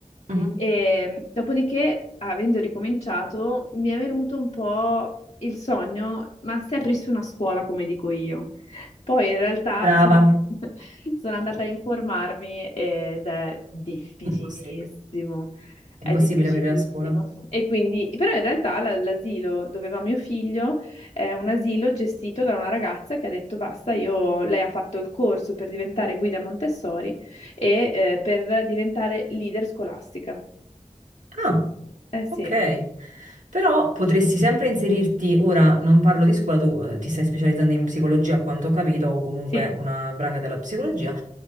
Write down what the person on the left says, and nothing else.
E
dopodiché, avendo ricominciato, mi è venuto un po' il sogno, ma se aprissi una scuola, come dico io. Poi in realtà
sono, and- <laughs> sono andata a informarmi ed è difficilissimo,
è
difficilissimo.
E quindi, però in realtà la- l'asilo dove va mio figlio è un asilo gestito da una ragazza che ha detto basta, io, lei ha fatto il corso per diventare guida Montessori e eh, per diventare leader scolastica.
Eh sì,
Sì.